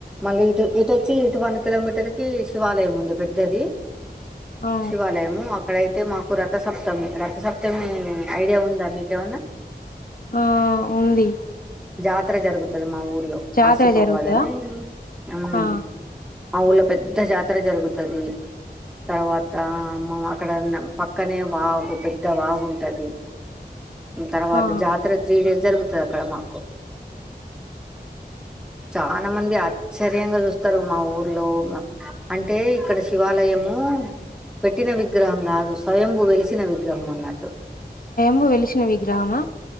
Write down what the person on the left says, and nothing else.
ఆ!
ఆ ఉంది
జాతర
జరుగుతదా?
ఆ!
ఆ!
భు వెలిసిన విగ్రహమా